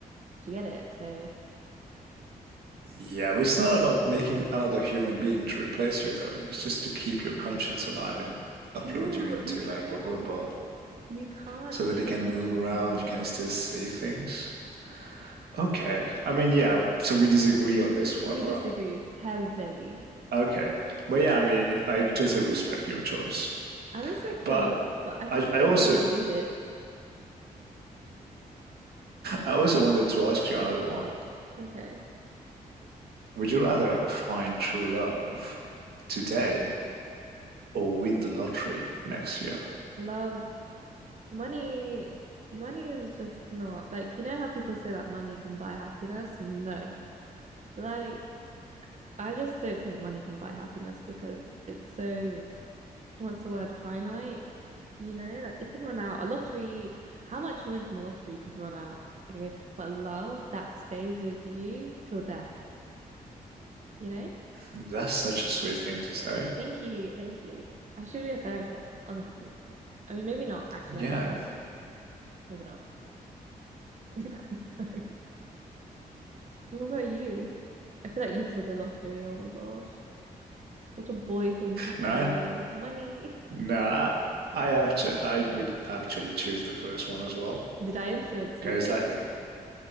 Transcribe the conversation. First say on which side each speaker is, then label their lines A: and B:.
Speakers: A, on the right (about 45°); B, on the right (about 75°).
A: Do you get it? So
B: Yeah, but it's not about making another human being to replace you though. It's just to keep your conscience alive and upload
A: no,
B: you into
A: but you can't.
B: like a robot
A: You can't
B: so
A: keep
B: that they can
A: your conscience
B: move around,
A: alive.
B: you can still see things. Okay. I mean, yeah, so we disagree on this one,
A: We
B: but
A: disagree heavily.
B: okay. But yeah, I mean, I totally respect your choice.
A: I respect
B: But
A: yours, but I think
B: I, I
A: you're
B: also
A: being deluded. <laughs>
B: I also wanted to ask you another one.
A: Okay.
B: Would you rather find true love today or win the lottery next year?
A: Love, money, money is just not like you know how people say that money can buy happiness? No. Like I just don't think money can buy happiness because it's so what's the word, finite, you know, like it can run out. A lottery, how much you win from a lottery could run out. Okay. But love that stays with you till death, you know?
B: That's such a sweet thing to say.
A: Thank you. Thank you. I should be a therapist, honestly. Like, I mean, maybe not. Actually,
B: Yeah.
A: I take it back. Maybe not. <laughs> Sorry. What about you? I feel like you'd say the lottery. Oh my gosh. Such a boy thing to say.
B: No, I-
A: Money.
B: no, I, I actually I would actually choose the first one as well
A: Did I influence
B: because
A: you though?
B: like